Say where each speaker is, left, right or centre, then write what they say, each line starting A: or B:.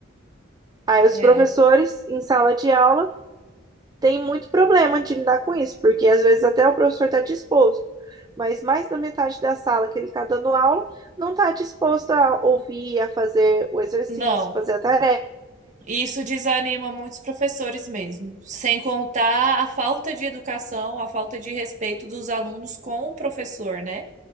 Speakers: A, on the right; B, on the right.
A: Aí os
B: É,
A: professores, em sala de aula, tem muito problema de lidar com isso, porque às vezes até o professor está disposto, mas mais da metade da sala que ele está dando aula não está disposto a ouvir, a fazer o exercício,
B: não.
A: fazer a tarefa.
B: Isso desanima muitos professores mesmo, sem contar a falta de educação, a falta de respeito dos alunos com o professor, né?